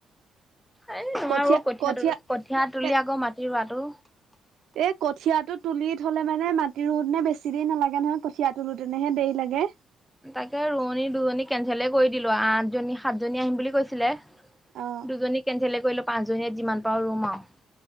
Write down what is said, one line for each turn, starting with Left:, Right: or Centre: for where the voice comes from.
Centre: এ নোৱাৰো
Right: কঠীয়া
Centre: কঠিয়া
Right: কঠীয়া
Centre: ত কঠিয়া তুলি
Right: এ
Centre: আকৌ মাটি ৰোৱাটো,
Right: এই কঠিয়াটো তুলি থ'লে মানে মাটি ৰোতেনে বেছি দেৰি নালাগে নহয়, কঠিয়া তোঁলোতেনেহে দেৰি লাগে।
Centre: তাকে ৰোৱনী দুজনী কেনচেলে কৰি দিলো আঠজনী সাতজনী আহিম বুলি কৈছিলে।
Right: অ
Centre: দুজনী কেনচেলে কৰিলো পাঁচজনীয়ে যিমান পাওঁ ৰুম আৰু।